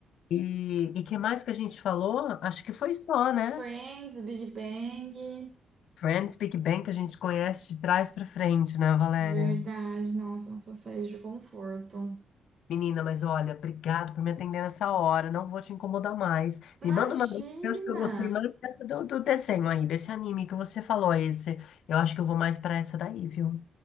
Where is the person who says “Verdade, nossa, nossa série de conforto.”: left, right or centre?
Right